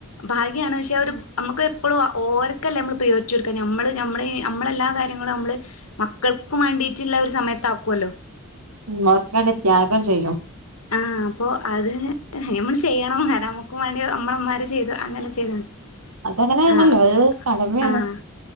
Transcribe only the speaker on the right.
ഉമ്മാർക്കേണ്ടി ത്യാഗം ചെയ്യും
അതങ്ങനേണല്ലോ.
അത് കടമേണ്.